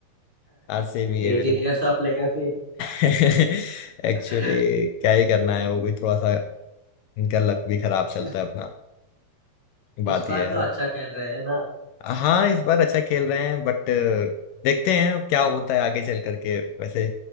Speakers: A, on the left; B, on the right.
A: आरसीबी है
B: 18
A: मेरा
B: years of legacy
A: <laughs> एक्चुअली
B: <laughs>
A: क्या ही करना है वो भी थोड़ा सा इनका लक भी खराब चलता
B: इस,
A: है अपना बात
B: इस बार
A: यह है
B: तो अच्छा खेल रहे हैं ना
A: हाँ इस बार अच्छा खेल रहे हैं बट देखते हैं अब क्या होता है आगे चल करके वैसे